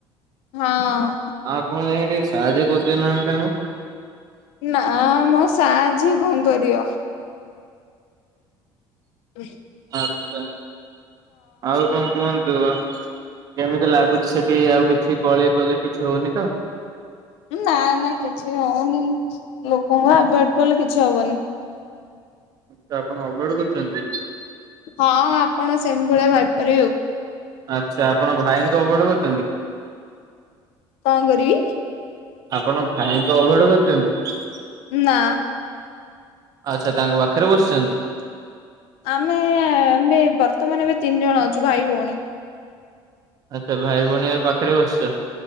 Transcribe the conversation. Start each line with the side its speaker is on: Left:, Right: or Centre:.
Left: ହଁ।
Right: ଆପଣ ଯାଇକି ଟିକେ ସାହାଯ୍ୟ କରୁଦଉନାହାନ୍ତି ତାଙ୍କୁ
Left: ନା ମ ସାହାଯ୍ୟ କଣ କରିଅ ଉଁ
Right: ଆଚ୍ଛା ଆଉ କଣ କୁହନ୍ତୁ ବା। କେମିତି ଲାଗୁଛି ସେଠି ଆଉ କିଛି କଳି କଜିଆ କିଛି ହଉନି ତ?
Left: ନା ନା କିଛି ହଉନି ଲୋକଙ୍କୁ ଆଭେଡ କଲେ କିଛି ହବନି।
Right: ତ ଆପଣ ଆଭଏଡ୍ କରୁଛନ୍ତି?
Left: ହଁ ହଁ ଆପଣ ସେମିତି ଭଳିଆ ଭାବିପାରିବେ ଆଉ।
Right: ଆଚ୍ଛା ଆପଣ ଭାଇଙ୍କୁ ଆଭଏଡ୍ କରୁଛନ୍ତି?
Left: କଣ କରିବି?
Right: ଆପଣ ଭାଇଙ୍କୁ ଆଭଏଡ କରୁଛନ୍ତି?
Left: ନା।
Right: ଆଚ୍ଛା ତାଙ୍କ ପାଖରେ ବସିଛନ୍ତି?
Left: ଆମେ ଆମେ ବର୍ତ୍ତମାନ ଏବେ ତିନି ଜଣ ଅଛୁ ଭାଇ ଭଉଣୀ।
Right: ଆଚ୍ଛା ଭାଇ ଭଉଣୀ ଏବେ ପାଖରେ ବସିଛ?